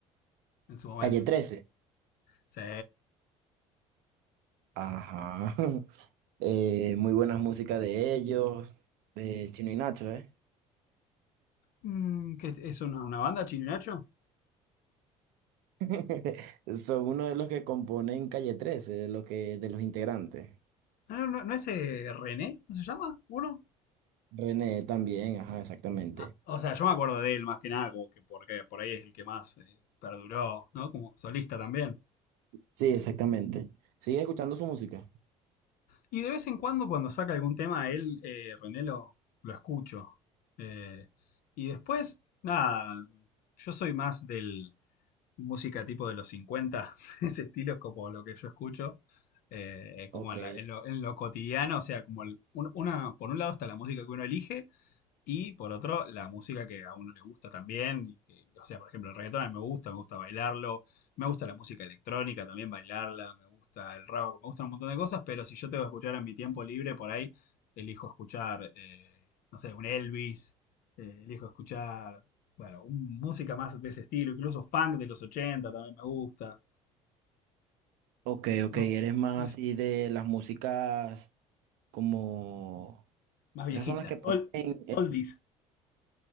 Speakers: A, on the left (about 60°); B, on the right (about 75°).
A: en su momento.
B: Calle 13.
A: Sí.
B: Ajá. <laughs> Eh, muy buenas músicas de ellos, de Chino y Nacho, ¿eh?
A: Mm, ¿qué es ¿Es una, una banda, Chino y Nacho?
B: <laughs> Son uno de los que componen Calle 13, de los que, de los integrantes.
A: Ah, ¿No, no, no es eh, René? ¿No se llama? ¿Uno?
B: René también, ajá, exactamente.
A: Ah, o sea, yo me acuerdo de él más que nada, como que porque por ahí es el que más eh, perduró, ¿no? Como solista también.
B: Sí, exactamente. ¿Sigues escuchando su música?
A: Y de vez en cuando, cuando saca algún tema, él, eh, René, lo, lo escucho. Eh, y después, nada, yo soy más del música tipo de los 50 <laughs> ese estilo es como lo que yo escucho, eh, como
B: Ok.
A: en, la- en lo, en lo cotidiano, o sea, como el- un- una, por un lado está la música que uno elige Y por otro, la música que a uno le gusta también. y que- o sea, por ejemplo, el reggaetón a mí me gusta, me gusta bailarlo, me gusta la música electrónica también bailarla, me gusta el rock, me gustan un montón de cosas, pero si yo tengo que escuchar en mi tiempo libre, por ahí elijo escuchar, eh, no sé, un Elvis, eh, elijo escuchar, bueno, un- música más de ese estilo, incluso funk de los 80 también me gusta,
B: Ok,
A: más,
B: ok, eres más
A: más-
B: así de las músicas como...
A: más
B: Esas
A: viejitas,
B: son las que ponen...
A: old,
B: en-
A: oldies.